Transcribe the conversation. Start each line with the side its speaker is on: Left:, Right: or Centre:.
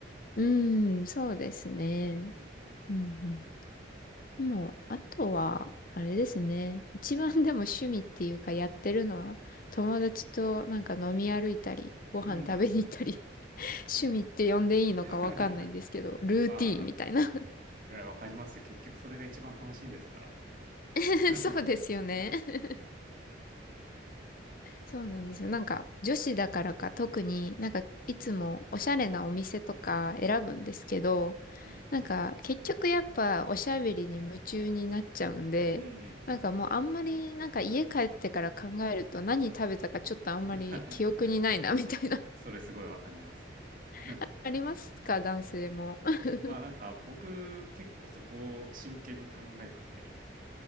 Left: うん、そうですね。
Right: うんうん。
Left: うんうんもう、あとは、あれですね。一番でも趣味っていうかやってるのは、友達となんか飲み歩いたり、ご飯食べに行ったり、
Right: うん。
Left: <laughs> 趣味って呼んでいいのかわかんないんですけど、
Right: <laughs>
Left: ルーティーンみたいな。
Right: まあ、いや、わかりますよ。結局それが一番楽しいんですから。
Left: <laughs>
Right: <laughs>
Left: そうですよね。<laughs> そうなんですよ。なんか、女子だからか特になんか、いつもおしゃれなお店とか選ぶんですけど、
Right: うんうん。ああ、
Left: なんか、結局やっぱおしゃべりに夢中になっちゃうんで、
Right: うんうん。
Left: なんかもうあんまり、なんか家帰ってから考えると何食べたかちょっとあんまり記憶にないな、
Right: <laughs>
Left: みたいな。
Right: それすごいわかります。<laughs>
Left: <laughs> ありますか男性も。<laughs>
Right: まあなんか僕結構そこを真剣に考えてて、